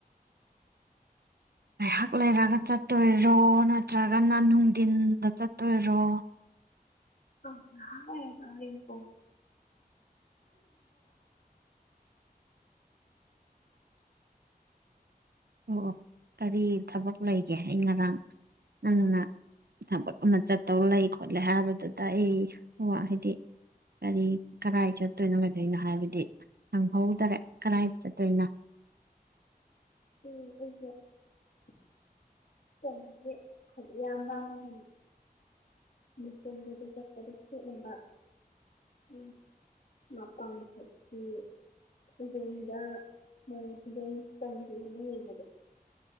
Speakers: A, on the right; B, on the left.
A: ꯉꯥꯏꯍꯥꯛ ꯂꯩꯔꯒ ꯆꯠꯇꯣꯏꯔꯣ ꯅꯠꯇ꯭ꯔꯒꯅ ꯅꯨꯡꯘꯤꯟꯗ ꯆꯠꯇꯣꯏꯔꯣ
B: ꯑꯟꯏꯟꯇꯦꯜꯂꯤꯖꯦꯕꯜ
A: ꯑꯣ ꯑꯣ ꯀꯔꯤ ꯊꯕꯛ ꯂꯩꯒꯦ ꯑꯩ ꯉꯔꯥꯡ ꯅꯪꯅ ꯊꯕꯛ ꯑꯃ ꯆꯠꯇꯧ ꯂꯩ ꯈꯣꯠꯂꯦ ꯍꯥꯏꯕꯗꯨꯗ ꯑꯩ ꯉ ꯍꯥꯏꯗꯤ ꯀꯔꯤ ꯀꯗꯥꯥꯏꯗ ꯆꯠꯇꯣꯏꯅꯣ ꯀꯩꯗꯣꯏꯅꯣ ꯍꯥꯏꯕꯗꯤ ꯍꯪꯍꯧꯗꯔꯦ ꯀꯗꯥꯥꯏꯗ ꯆꯠꯇꯣꯏꯅꯣ
B: ꯎꯝ ꯑꯟꯏꯟꯇꯦꯜꯂꯤꯖꯦꯕꯜ ꯈꯣꯏ ꯏꯌꯥꯝꯕ ꯑꯃꯒꯤ ꯑꯟꯏꯟꯇꯦꯜꯂꯤꯖꯦꯕꯜ